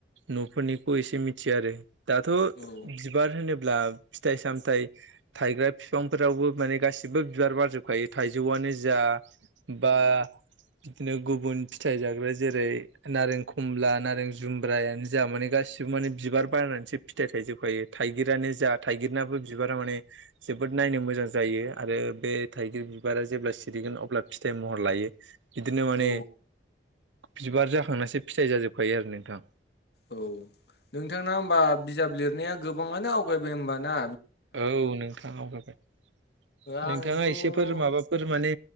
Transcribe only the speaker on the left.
औ
औ
औ नोंथां होमबा बिजाब लिरनाया गोबाङानो आवगायबाय होमबाना।
आंथ'